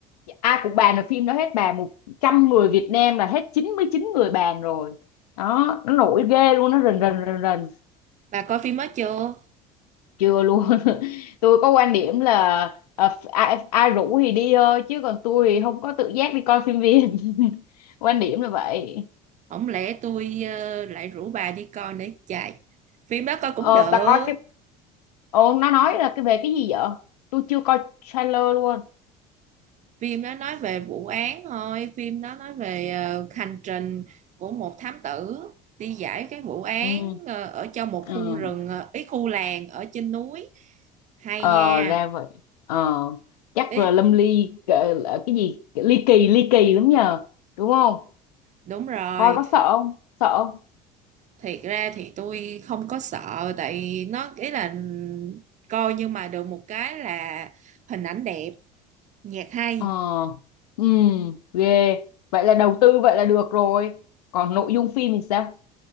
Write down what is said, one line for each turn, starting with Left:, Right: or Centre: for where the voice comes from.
Left: à cũng bàn được phim đó hết bàn một trăm người Việt Nam là hết 99 người bàn rồi đó nó nổi ghê luôn nó rần rần rần rần
Right: Bà coi phim mới chưa?
Left: chưa luôn <laughs> tôi có quan điểm là ờ, ph- ai, ai rủ thì đi thôi chứ còn tôi thì không có tự giác đi coi phim Việt <laughs> quan điểm là vậy
Right: Không lẽ tôi ờ, lại rủ bà đi coi nữa chạy. Phim đó coi cũng
Left: ờ
Right: được.
Left: bà coi cái ồ nó nói là cái về cái gì vậy tôi chưa coi trailer luôn
Right: Phim đó nói về vụ án thôi, phim đó nói về ờ, hành trình của một thám tử đi giải cái vụ án
Left: ừ
Right: ờ, ở trong một
Left: ừ
Right: khu rừng, ờ, ý khu làng ở trên núi. Hay
Left: ờ
Right: nha.
Left: ra vậy ờ chắc là
Right: Ý,
Left: Lâm Ly cái, cái gì ly kỳ ly kỳ lắm nhờ đúng không
Right: Đúng rồi,
Left: coi có sợ không sợ không
Right: thiệt ra thì tôi không có sợ tại nó ý là coi nhưng mà được một cái là hình ảnh đẹp, nhạc hay,
Left: ờ ừ ghê vậy là đầu tư vậy là được rồi còn nội dung phim thì sao